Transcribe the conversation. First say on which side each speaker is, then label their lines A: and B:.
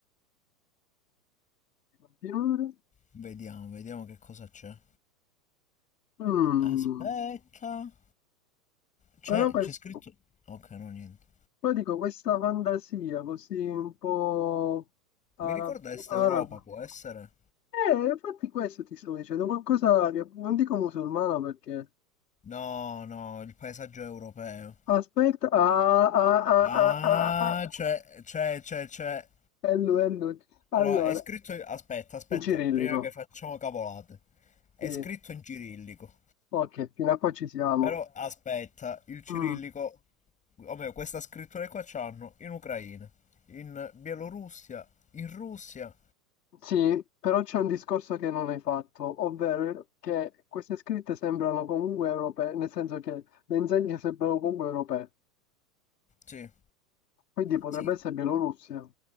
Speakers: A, on the left; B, on the left.
A: di continuare.
B: Vediamo, vediamo che cosa c'è.
A: Mm,
B: Aspetta. C'è,
A: Però questo,
B: c'è scritto... Ok, no, niente.
A: però dico, questa fantasia così un po' arabo,
B: Mi ricorda Est
A: arabo.
B: Europa, può essere?
A: Eh, infatti questo ti sto dicendo, qualcosa che non dico musulmano perché...
B: No, no, il paesaggio europeo.
A: Aspetta, ah, ah, ah,
B: Ah,
A: ah, ah, ah. ah.
B: c'è, c'è, c'è, c'è.
A: Hello, hello. Allora,
B: Allora, è scritto... Aspetta, aspetta,
A: in cirillico.
B: prima che facciamo cavolate. È
A: Sì,
B: scritto in cirillico.
A: ok, fino a qua ci siamo.
B: Però, aspetta, il cirillico...
A: Mm.
B: O meglio, questa scrittura qua c'hanno in Ucraina, in Bielorussia, in Russia.
A: Sì, però c'è un discorso che non hai fatto, ovvero che queste scritte sembrano comunque europee, nel senso che le insegne sembrano comunque europee,
B: Sì.
A: quindi potrebbe
B: Sì,
A: essere Bielorussia.